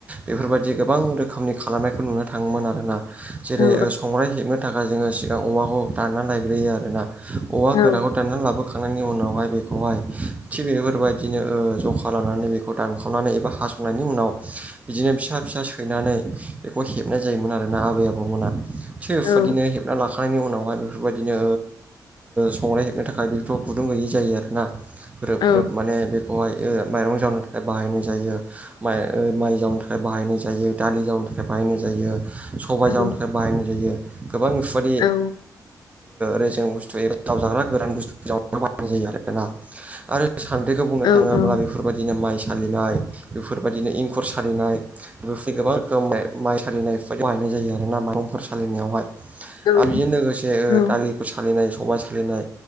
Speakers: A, on the right; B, on the left.
A: बेफोरबायदि गोबां रोखोमनि खालामनायखौ नुनो थाङोमोन आरोना जेरै
B: औ
A: संग्राइ हेबनो थाखाय जोङो सिगां औवाखौ दानना लायग्रोयो आरोना औवा
B: औ
A: गोराखौ दाननानै लाबोखांनायनि उनावहाय बेखौहाय थिग बेफोरबायदिनो ओ जखा लानानै बेखौ दानखावनानै हास खांनायनि उनाव बिदिनो फिसा फिसा सैनानै बेखौ हेबनाय जायोमोन आरोना आबै आबौमोना थिग
B: औ
A: बेफोरबायदिनो हेबना लाखांनायनि उनावहाय बेफोरबायदिनो संग्राय हेबनो थाखाय बेथ गुदुं गैयै जायो आरोना ग्रोब
B: औ
A: ग्रोब माने बेखौहाय माइरं जवनो थाखाय बाहायनाय जायो माइ माइ जावनो थाखाय बाहायनाय जायो दालि जावनो थाखाय बाहायनाय जायो सबायाइ
B: औ
A: जावनो थाखाय बाहायनाय जायो गोबां बेफोरबादि
B: औ
A: रेजें बुस्थु जावजाग्रा गोरान बुस्थु जावनायाव बाहायनाय जायो आरोना आरो सानद्रिखौ बुंनो
B: औ
A: थाङोब्ला
B: औ
A: बे फोरबायदिनो माइ सालिनाय बेफोरबायदिनो एंखुर सालिनाय बेफोरबायदि गोबां खौ माइ सालिनायाव बाहायनाय जायो आरोना माइरंफोर सालिनायावहाय आरो
B: औ
A: बेजों लोगोसे
B: औ
A: दालि सालिनाय सबाय सालिनाय